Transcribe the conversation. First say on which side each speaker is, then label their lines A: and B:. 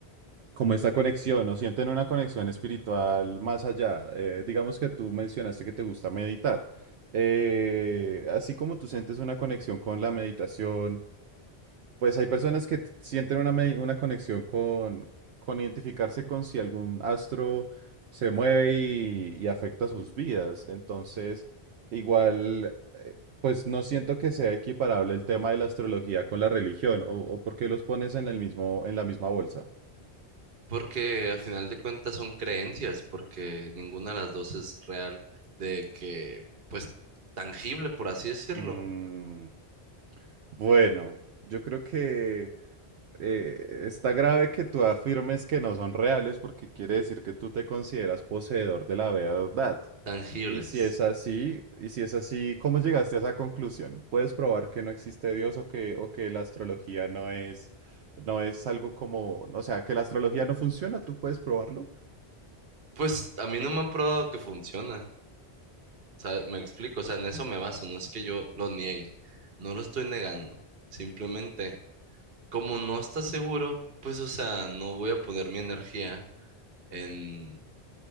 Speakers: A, on the right; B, on the right.
A: como esta conexión, ¿O Sienten una conexión espiritual más allá. Eh, digamos que tú mencionaste que te gusta meditar. Eh, así como tú sientes una conexión con la meditación, pues hay personas que t- sienten una, medi- una conexión con, con identificarse con si algún astro se mueve y, y afecta sus vidas. Entonces, igual, eh, pues no siento que sea equiparable el tema de la astrología con la religión, o, o por qué los pones en el mismo, en la misma bolsa.
B: Porque a final de cuentas son creencias, porque ninguna de las dos es real, de que, pues, tangible, por así decirlo,
A: Mm. Bueno, yo creo que eh, está grave que tú afirmes que no son reales porque quiere decir que tú te consideras poseedor de la verdad.
B: tangibles.
A: Y si es así, y si es así, ¿cómo llegaste a esa conclusión? ¿Puedes probar que no existe Dios o que, o que la astrología no es, no es algo como, o sea, que la astrología no funciona? ¿Tú puedes probarlo?
B: Pues a mí no me han probado que funciona. O sea, me explico, o sea, en eso me baso, no es que yo lo niegue, no lo estoy negando. Simplemente, como no está seguro, pues, o sea, no voy a poner mi energía en,